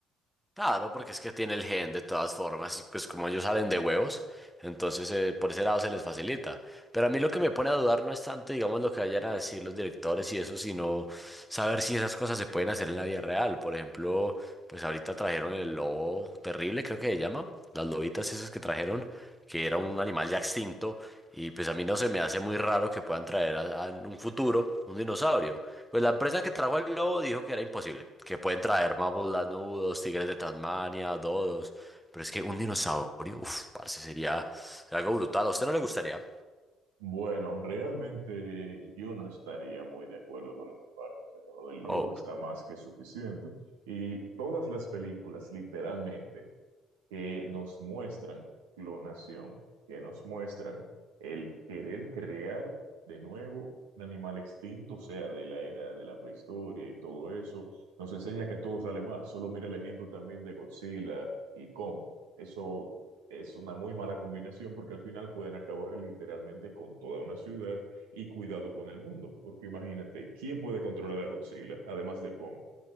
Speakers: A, in the centre; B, on the right.
A: Claro, porque es que tiene el gen de todas formas y pues como ellos salen de huevos, entonces eh, por ese lado se les facilita. Pero a mí lo que me pone a dudar no es tanto, digamos, lo que vayan a decir los directores y eso, sino saber si esas cosas se pueden hacer en la vida real. Por ejemplo, pues ahorita trajeron el lobo terrible, creo que se llama, las lobitas esas que trajeron que era un animal ya extinto, y pues a mí no se me hace muy raro que puedan traer a, a- en un futuro un dinosaurio. Pues la empresa que trajo el lobo dijo que era imposible, que pueden traer mamuts lanudos, tigres de Tasmania, dodos, pero es que un dinosaurio, uff, parce, sería algo brutal. ¿A usted no le gustaría?
B: Bueno, realmente yo no estaría muy de acuerdo con esa parte. O sea, con lo del lobo
A: Oh,
B: está más que suficiente. Y todas las películas, literalmente que nos muestran clonación, que nos muestran el querer crear de nuevo un animal extinto, o sea, de la era de la prehistoria y todo eso, nos enseña que todo sale mal. Solo mira el ejemplo también de Godzilla y Kong. Eso es una muy mala combinación porque al final pueden acabar literalmente con toda una ciudad y cuidado con el mundo, porque imagínate, ¿quién puede controlar a Godzilla además de Kong?